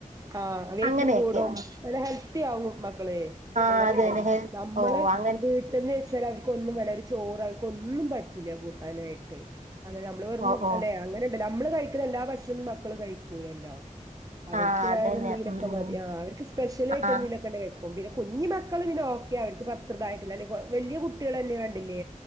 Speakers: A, on the right (about 25°); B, on the right (about 60°).
A: ആ വെയ്റ്റും
B: അങ്ങനെയൊക്കെ
A: കൂടും നല്ല ഹെൽത്തി ആവും <unintelligible>
B: ആ
A: അങ്ങനെണ്ട്നമ്മള്
B: അത് തന്നെ ഹെൽ ഓ അങ്ങനെ
A: വീട്ടിന്ന് വെച്ചാൽ അവർക്ക് ഒന്നും വല്ല ഒരു ചോറ് അവർക്ക് ഒന്നും പറ്റില്ല കൂട്ടാനായിട്ട് അങ്ങനെ നമ്മള് വെറും
B: ഓ ഓ
A: അല്ലെ അങ്ങനെ നമ്മള് കഴിക്കണ എല്ലാ ഭക്ഷണം മക്കള് കഴിക്കൂലല്ലോ അവര്
B: ആ അതന്നെ
A: വേറെ നീലൊക്കെ
B: ഉം ഉം
A: മതി ആ അവർക്ക് സ്പെഷ്യൽ ആയിട്ട്
B: ആ
A: എന്തേലും ണ്ടെങ്കിൽ കഴിക്കും <unintelligible> പിന്നെ കുഞ്ഞി മക്കൾ പിന്നെ ഓക്കെ അവർക്ക്പ്പോത്രതായിട്ടില്ല അല്ല വല്ല്യ കുട്ടികൾ തന്നെ കണ്ടില്ലേ